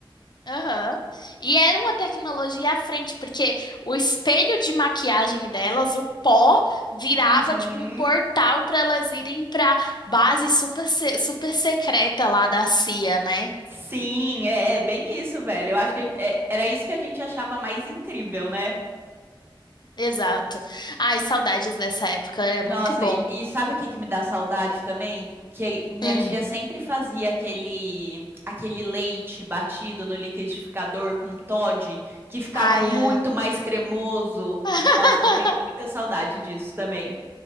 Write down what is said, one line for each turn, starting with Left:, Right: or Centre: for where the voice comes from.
Left: Aham. E era uma tecnologia à frente, porque o espelho de maquiagem delas, o pó, virava
Right: Uhum.
Left: tipo um portal para elas irem para base super, se- super secreta lá da CIA, né?
Right: Sim, é, é bem isso, velho. Eu acho que é- era isso que a gente achava mais incrível, né?
Left: Exato. Ai, saudades dessa época, é
Right: Nossa,
Left: muito bom.
Right: e, e sabe o que que me dá saudade também? Que minha
Left: Hum.
Right: tia sempre fazia aquele aquele leite batido no liquidificador com Toddy, que ficava
Left: Ai,
Right: muito
Left: é.
Right: mais cremoso.
Left: <laughs>
Right: Nossa, tenho muita saudade disso também.